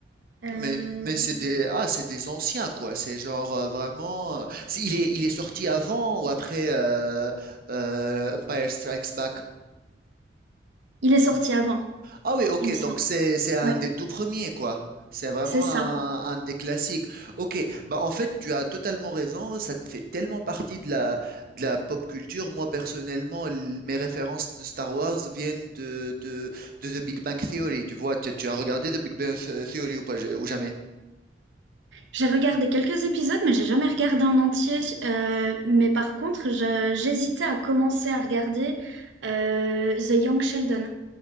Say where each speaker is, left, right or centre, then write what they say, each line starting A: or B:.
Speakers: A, on the right (about 80°); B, on the right (about 50°).
A: Euh,
B: Mais, mais c'est des, ah, c'est des anciens, quoi. C'est genre euh, vraiment. euh, c'est- il est, il est sorti avant ou après euh, euh, Empire Strikes Back?
A: Il est sorti avant,
B: Ah oui, ok,
A: il me semble.
B: donc c'est c'est un
A: Ouais,
B: des tout premiers, quoi. C'est vraiment
A: c'est ça.
B: un, un des classiques. Ok, bah en fait, tu as totalement raison, ça te fait tellement partie de la, de la pop culture. Moi, personnellement, l- mes références de Star Wars viennent de, de, de The Big Bang Theory. Tu vois, tu, tu as regardé The Big Bang Theory ou pas, ou jamais?
A: J'ai regardé quelques épisodes, mais j'ai jamais regardé en entier. Euh, mais par contre, je- j'hésitais à commencer à regarder euh, The Young Sheldon.